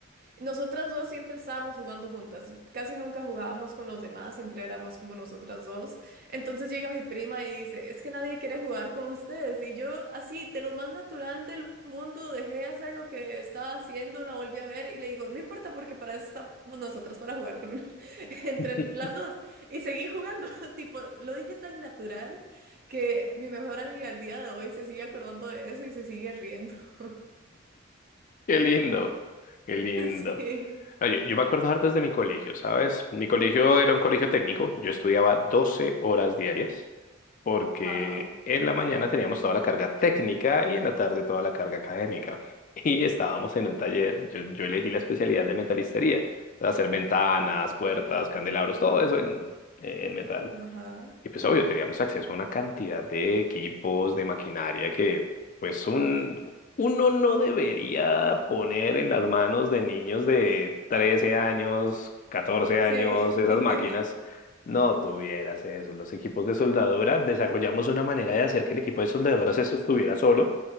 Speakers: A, on the right; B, on the left.
A: nosotras dos siempre estábamos jugando juntas, casi nunca jugábamos con los demás, siempre éramos como nosotras dos. Entonces llega mi prima y dice, es que nadie quiere jugar con ustedes. Y yo así, de lo más natural del mundo, dejé de hacer lo que estaba haciendo, la volví a ver y le digo, no importa porque para eso estamos nosotras para jugar con <laughs> entre
B: <laughs>
A: las dos. Y seguí jugando, <laughs> tipo, lo dije tan natural que mi mejor amiga al día de hoy se sigue acordando de eso y se sigue riendo. <laughs>
B: Qué lindo, qué lindo.
A: Sí,
B: No, yo, yo me acuerdo harto desde mi colegio, ¿sabes? Mi colegio era un colegio técnico, yo estudiaba 12 horas diarias, porque
A: wow.
B: en la mañana teníamos toda la carga técnica y en la tarde toda la carga académica. <laughs> Y estábamos en un taller, yo, yo elegí la especialidad de metalistería, hacer ventanas, puertas, candelabros, todo eso en, en metal.
A: Ajá.
B: Y pues obvio, teníamos acceso a una cantidad de equipos, de maquinaria que pues un, uno no debería poner en las manos de niños de 13 años, catorce años,
A: Sí,
B: esas
A: <laughs>
B: máquinas. No tuvieras eso. Los equipos de soldadura desarrollamos una manera de hacer que el equipo de soldadura se sostuviera solo